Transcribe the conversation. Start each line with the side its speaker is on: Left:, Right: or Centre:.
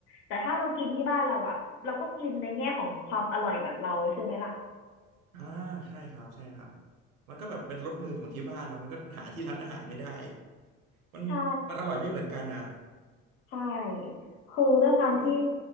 Left: แต่ถ้าเรากินที่บ้านเราอ่ะเราก็กินในแง่ของความอร่อยแบบเราใช่ไหมล่ะ
Right: อ่าใช่ครับใช่ครับมันก็แบบเป็นรสมือของที่บ้านเนาะมันก็หาที่ร้านอาหารไม่ได้มันมันอร่อยไม่เหมือนกันนะ
Left: ใช่ ใช่คือด้วยความที่
Right: แล้ว